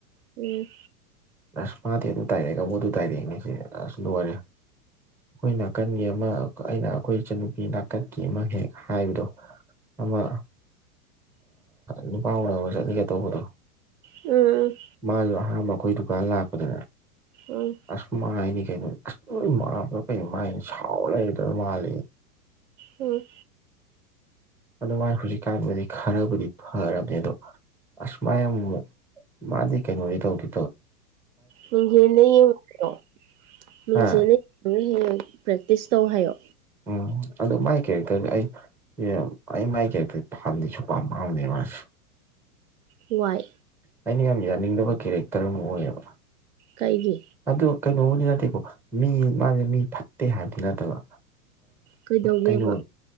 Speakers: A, on the right; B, in the centre.
A: ꯎꯝ
B: ꯑꯁ ꯃꯥꯗꯤ ꯑꯗꯨꯝ ꯇꯥꯏꯔꯛꯦꯒꯕꯣ ꯑꯗꯨ ꯇꯥꯏꯔꯛꯑꯦꯅꯦ ꯁꯤ ꯑꯁ ꯂꯣꯏꯔꯦ ꯑꯩꯈꯣꯏ ꯅꯥꯀꯟꯒꯤ ꯑꯃ ꯑꯩꯅ ꯑꯩꯈꯣꯏ ꯏꯆꯟꯅꯨꯄꯤ ꯅꯥꯀꯟꯀꯤ ꯑꯃꯥ ꯍꯦꯛ ꯍꯥꯏꯕꯗꯣ ꯑꯃ ꯅꯨꯄꯥ ꯎꯟꯕꯥ ꯆꯠꯂꯤꯒ ꯇꯧꯕꯗꯣ
A: ꯎꯝ ꯎ
B: ꯃꯥꯖꯨ ꯑꯍꯥꯟꯕ ꯑꯩꯈꯣꯏ ꯗꯨꯀꯥꯟ ꯂꯥꯛꯄꯗꯅꯦ
A: ꯎ
B: ꯑꯁ ꯃꯥꯏꯅꯤ ꯀꯩꯅꯣ ꯑꯁ ꯅꯣꯏ ꯃꯥꯕꯗꯣ ꯀꯩꯅꯣ ꯃꯥꯏꯅꯤ ꯁꯥꯎ ꯂꯩꯗꯧ ꯃꯥꯂ
A: ꯎꯝ
B: ꯑꯗꯨꯃꯥꯏꯅ ꯍꯧꯖꯤꯛꯀꯥꯟꯗꯗꯤ ꯈꯔꯕꯨꯗꯤ ꯐꯔꯕꯅꯦ ꯑꯗꯣ ꯑꯁꯃꯥꯏ ꯃꯥꯗꯤ ꯀꯩꯅꯣ ꯂꯩ ꯇꯧꯔꯤ
A: ꯃꯤꯡꯖꯦꯟ ꯗ ꯌꯦꯡꯗ꯭ꯔꯣ ꯃꯤꯡꯖꯦꯟ
B: ꯑ
A: ꯅꯪꯅ ꯍꯦꯟꯅ ꯄ꯭ꯔꯦꯛꯇꯤꯁ ꯇꯧ ꯍꯥꯏꯌꯣ
B: ꯎꯝ ꯑꯗꯣ ꯃꯥꯏ ꯀꯦꯔꯦꯛꯇꯔ ꯑꯩ ꯑꯩ ꯃꯥꯏ ꯀꯦꯔꯦꯛꯇꯔ ꯄꯥꯝꯗꯁꯨ ꯄꯄꯥꯝ ꯄꯝꯅꯤꯕꯁ
A: ꯋꯥꯏ
B: ꯑꯩꯅ ꯌꯥꯝ ꯌꯥꯅꯤꯡꯗꯕ ꯀꯦꯔꯦꯛꯇꯔ ꯑꯃ ꯑꯣꯏꯌꯦꯕ
A: ꯀꯥꯏꯒꯤ
B: ꯑꯗꯣ ꯀꯩꯅꯣꯕꯨꯗꯤ ꯅꯠꯇꯦꯀꯣ ꯃꯤ ꯃꯥꯁꯦ ꯃꯤ ꯐꯠꯇꯦ ꯍꯥꯏꯕꯗꯤ ꯅꯠꯇꯕ
A: ꯀꯩꯗꯧꯒꯦꯕ
B: ꯀꯩꯅꯣ